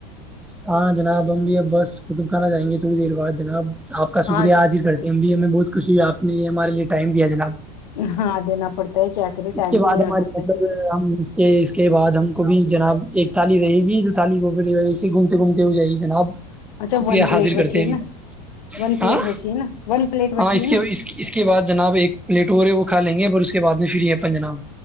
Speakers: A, in the centre; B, on the left.
A: ہاں جناب بھی بس خطب خان جیںے تھوڑی دیر بعد جناب آپ کا شکریہ
B: ہاں
A: آج ہی کرتے ہیں ہمیں بہت خوشی ہے آپ نے یہ ہمارے ٹمیا جناب
B: ہاں دینا پڑتا ہے کیا کرے
A: اس
B: ٹائم
A: کے بعد
B: بھی دینا
A: ہمارے
B: پڑتا
A: مطلب
B: ہے
A: ہم اس کے اس کے بعد بعد ہم کو بھی جناب ایک تھالی رہے گی جو تھالی وہ سے گھومتے گھومتے ہو جائے گی جناب
B: اچھا
A: شکریہ
B: ون پلیٹ
A: حاضر
B: بچی
A: کرتے
B: ہے
A: ہیں
B: نا ون
A: ہاں
B: پلیٹ بچی ہے نا ون پلیٹ
A: ہاں
B: بچی
A: اس
B: ہے
A: کے
B: نا
A: اس کے بعد جناب ایک پلیٹ اور ہے وہ کھا لیں گے اور اس کے بعد میں پھر یہ پنج نام